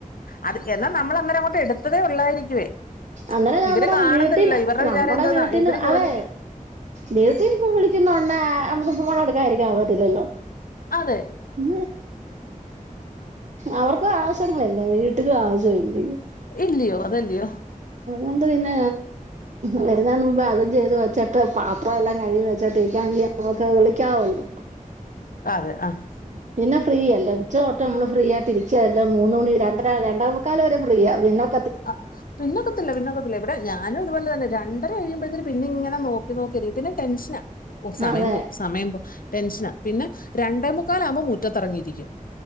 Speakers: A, on the left; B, on the right.
A: അത് എന്നാൽ നമ്മൾ അന്നേരം അങ്ങോട്ട് എടുത്തതേ ഉള്ളായിരിക്കുവേ.
B: അന്നനെ ഞമ്മടെ
A: ഇവര് കാണുന്നില്ല
B: വീട്ടിന്
A: ഇവരുടെ വിചാരം
B: നമ്മുടെ
A: എന്തോന്നാ
B: വീട്ടിന്
A: ഇവര് ജോലിക്ക്
B: അതെ വി - ഇനിയിപ്പൊ വിളിക്കുന്നോണ നുക്ക് ഫോണെടുക്ക ഒക്കത്തില്ലല്ലോ.
A: അതെ
B: ഉ അവർക്ക ആവശ്യങ്ങളല്ലേ വീ- എ ആശംണ്ട് <unintelligible>
A: ഇല്ലയോ അതല്യോ.
B: ണ്ട് പിന്നെ, പെരുന്നാളിന് അവതി- ത് വച്ചിട്ട് പാത്രം എല്ലാം കഴിഞ്ഞു വെച്ചിട്ടോക്കെ നമക്ക്- വിളിക്കാവല്ലോ.
A: അതെ ആഹാ.
B: പിന്നെ ഫ്രീയല്ല ഉച്ച- നമ്മള് ഫ്രീ ആയിട്ട ഇരിക്കുകല്ല മൂന്ന മണി, രണ്ട രണ്ടാമുക്കാലൽ വരെ ഫ്രീ ആ പിന്നെ-
A: ആ പിന്നക്കത്തില്ല പിന്നോക്ക- ഇവിടെ ഞാനുംതുപലെ തന്നെ രണ്ടര കഴിയുമ്പോഴത്തേന്ന്- ഇങ്ങനെ നോക്കി നോക്കിയരിക്ക പിന്നെ ടെഷനാ. ഓ സമയം
B: അതെ
A: പോവും, സമയം പോവും. ടെൻഷനാ പിന്നെ രണ്ടേ മുക്കാകുമ്പോ മുറ്റത്തിറങ്ങിയിരിക്കും.